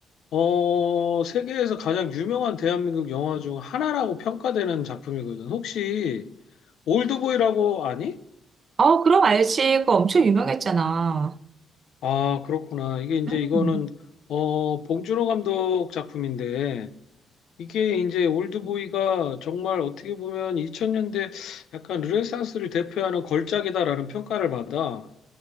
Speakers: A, on the left (about 75°); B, on the right (about 40°).
A: 어, 세계에서 가장 유명한 대한민국 영화 중 하나라고 평가되는 작품이거든. 혹시 올드보이라고 아니?
B: 어, 그럼 알지. 그거 엄청 유명했잖아.
A: 아, 그렇구나. 이게 이제
B: 음,
A: 이거는 어, 봉준호 감독 작품인데 이게 이제 올드보이가 정말 어떻게 보면 2000년대 약간 르네상스를 대표하는 걸작이다라는 평가를 받아.